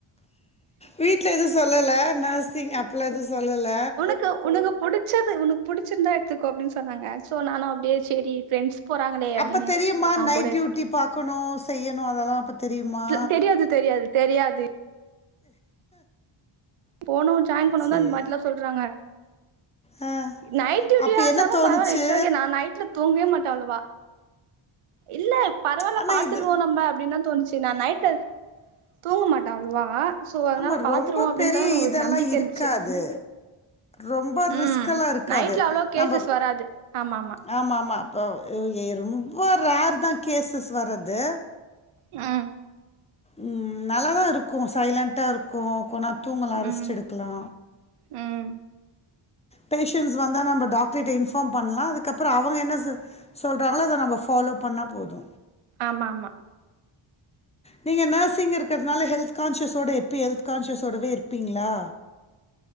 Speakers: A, on the left (about 15°); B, on the right (about 85°).
A: வீட் ல எது சொல்லல நேர்சிங் அப்லா எது சொல்லல
B: க்கு உனுகு புடுச்சது உனக்கு புடுச்சிருந்தா எடுத்துக்கோ அப்டின்னு சொன்னாங்க சோ நானு அப்டியே சேரி ஃப்ரெண்ட்ஸ் போறாங்களே அப்டின்னு
A: அப்ப தெரியுமா
B: நா
A: நைட்
B: கூட எடுத்துட்ட
A: டியூட்டி பார்க்கணும் செய்யணும் அதெல்லாம் அப்ப தெரியுமா
B: அது தெரியாது தெரியாது தெரியாது போனோ ஜாயின் பண்ணோந்
A: சரி
B: தா இந்மாரிலா சொல்றாங்க
A: ஆ,
B: நைட் டியூட்டியா
A: அப்ப
B: இருந்தாலு
A: என்ன தோணுச்சு
B: பரவால்ல இட்ஸ்ஓகே நா நைட்ல தூங்கவே மாட்டே அவ்ளவா இல்ல பரவால்ல
A: ஆனா
B: பாத்துருவோ
A: இது
B: நம்ப அப்டின்னு தா தோணுச்சு நா நைட்ல தூங்கமாட்ட அவ்ளவா சோ அதனால
A: ஆமா
B: பாத்துருவோ
A: ரொம்ப
B: அப்டின்தா
A: பெரிய
B: ஒரு
A: இதெல்லா
B: நம்பிக்க
A: இருக்காது
B: இருந்துச்சு
A: ரொம்ப
B: ம்
A: ரிஸ்க்கெல்லா இருக்காது
B: நைட்ல அவ்ளோ கேசஸ்
A: நம்ப
B: வராது ஆமா
A: ஆமா ஆமா அப்போ ஓ ஏ ரொம்பொ ரேர் தா கேஸ்ஸஸ் வர்றது
B: அ
A: ம் நல்லா தா இருக்கு சைலண்டா இருக்கு கொன்னேர் தூங்கலா
B: ம்
A: ரெஸ்ட் எடுக்கலா
B: ம்
A: பேஷண்ட்ஸ் வந்தா நம்ப டாக்டர்கிட்ட இன்ஃபாம் பண்லா அதுக்கப்பறொ அவங்க என்ன செ சொல்றாங்களோ அத நம்ப ஃபாலோ பண்ணா போது
B: ஆமா ஆமா
A: நீங்க நேர்சிங் இருக்குறதுனால ஹெல்த் கான்ஷியஸோட எப்பியு ஹெல்த் கான்ஷியஸோடவே இருப்பீங்ளா